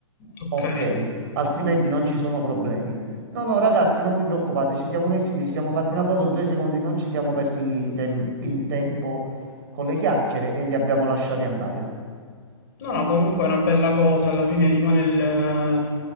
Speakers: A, on the left (about 45°); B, on the right (about 50°).
A: Ok,
B: Ok, altrimenti non ci sono problemi. No, no, ragazzi, non vi preoccupate, ci siamo messi lì, ci siamo fatti una foto due secondi, non ci siamo persi i tem- in tempo con le chiacchiere e li abbiamo lasciati andare.
A: No, no, comunque è una bella cosa, alla fine rimane il... eh,